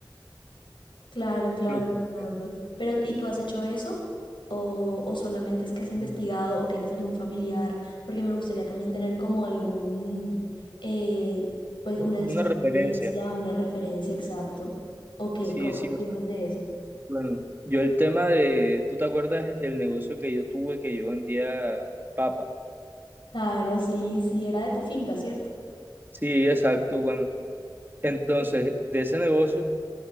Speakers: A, on the left; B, on the right.
A: claro, claro,
B: lo que...
A: Fernando. Pero, ¿y tú has hecho eso? ¿O, o solamente es que has investigado
B: mm,
A: o tienes algún familiar? Porque me gustaría también tener como algún, eh, pues una experiencia,
B: Una referencia,
A: una referencia exacto. ¿O qué,
B: sí,
A: co-
B: sí,
A: qué
B: o
A: piensas
B: sea.
A: de eso?
B: Bueno, yo el tema de, ¿tú te acuerdas el negocio que yo tuve que yo vendía papa?
A: Claro, sí, sí, era de tu finca, ¿cierto?
B: Sí, exacto, bueno. Entonces, de ese negocio,